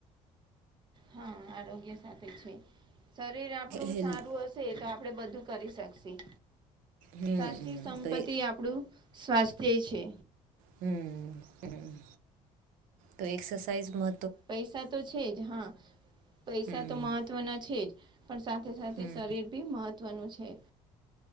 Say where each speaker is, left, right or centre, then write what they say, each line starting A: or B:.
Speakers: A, on the right; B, on the right.
A: હા આરોગ્ય સાથે છે. શરીર આપણું
B: હેલ્થ
A: સારું હ સે તો આપણે બધું કરી શકશી.
B: હમ
A: સાચી
B: હમ,
A: સંપત્તિ
B: તો એ
A: આપણું સ્વાસ્થય છે.
B: હમ્મ હમ્મ, તો એક્સરસાઇઝ મહ
A: પૈસા તો છે જ હ, પૈસા
B: હમ
A: તો મહ ત્વના છે જ, પણ સાથે સાથે
B: હમ
A: શરીર બી મહત્ત્વનું છે.